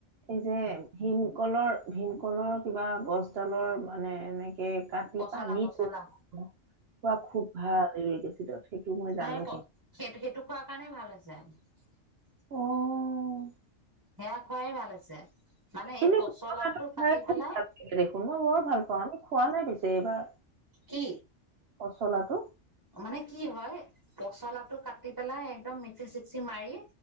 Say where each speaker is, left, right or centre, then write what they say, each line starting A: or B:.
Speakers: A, on the right (about 60°); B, on the right (about 20°).
A: এই যে ভীমকলৰ ভীমকলৰ কিবা গছডালৰ মানে এনেক কে কাটি
B: পচলা
A: পানীটো
B: পচলা
A: খোৱা খুব ভাল ইওৰিক এচিডৰ সেইটো মই
B: সেই
A: জানো।
B: সেইটো সেইটো খোৱাৰ <inaudible>
A: অ'
B: সেয়া খোৱাই ভাল হৈছে। মানে এই
A: এনে
B: পচলাটো
A: <unintelligible>
B: কাটি পেলাই
A: দেখোন, মই বৰ ভাল পাওঁ। খোৱা নাই পিছে এইবাৰ।
B: কি?
A: পচলা টো।
B: মানে কি হয় পচলাটো কাটি পেলাই একদম মিকচি চিকচি মাৰি